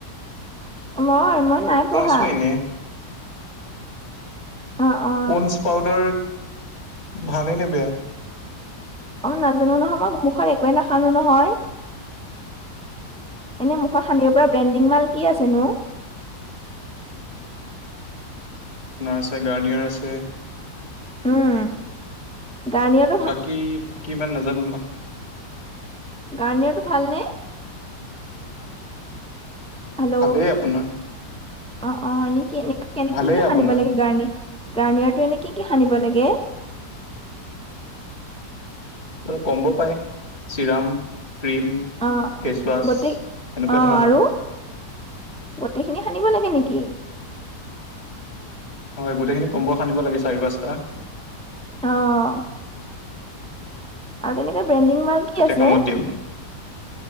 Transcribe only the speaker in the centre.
মই মই নাই
পঢ়া
অ অ
অহ নাজানো নহয় মই, মুখত একোৱে নাহানো নহয়। এনে মুখত সানিব পৰা ব্ৰেণ্ডিং মাল কি আছেনো
উম, গাৰ্নিয়াৰ
গাৰ্ণিয়াৰটো ভাল নে? হেল্ল,
অ অ এনেকে এনে কেনেকে
সানিব
লাগে গাৰ্ণিয়াৰ গাৰ্নিয়াৰটো এনে কি কি সানিব লাগে?
অ
গোটেই
অ
আৰু গোটেইখিনি সানিব লাগে নেকি?
অহ আৰু তেনেকে ব্ৰেণ্ডিং মাল কি
আছে,